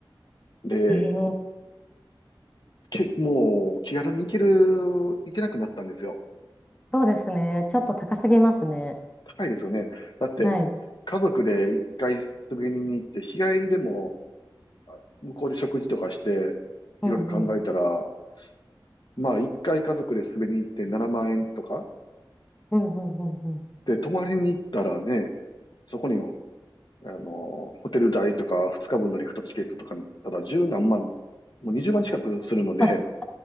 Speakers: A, on the left; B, on the left.
A: で、
B: ー、えー、
A: け、もう気軽に行ける、行けなくなったんですよ。
B: そうですね。ちょっと高すぎますね。
A: 高いですよね。だって、
B: はい。
A: 家族で一回滑りに行って、日帰りでも向こうで食事とかして、
B: うんうん。
A: いろいろ考えたら、まあ一回家族で滑りに行って7万円とか、
B: うんうんうんうん。
A: で、泊まりに行ったらね、そこに、あの、ホテル代とか2日分のリフトチケットとか見たら十何万、もう20万近くするので、
B: あ <laughs>